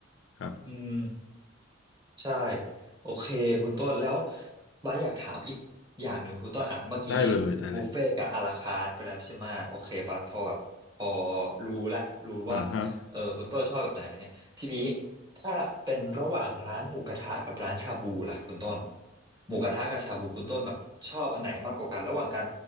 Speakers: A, on the left (about 70°); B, on the right (about 20°).
A: ครับ
B: อืม ใช่โอเคคุณต้นแล้วบาสอยากถามอีกอย่างหนึ่งคุณต้นอ่ะเมื่อกี้
A: ได้เลยได้เลย
B: บุฟเฟ่ต์กับอาราคาร์ทไปแล้วใช่ไหมโอเคบาสพอแบบพอรู้ละรู้ว่า
A: อ่าฮะ
B: เออคุณต้นชอบแบบไหนอะไรเงี้ยทีนี้ถ้าเป็นระหว่างร้านหมูกระทะกับร้านชาบูล่ะคุณต้นหมูกระทะกับชาบูคุณต้นแบบชอบอันไหนมากกว่ากันระหว่างการ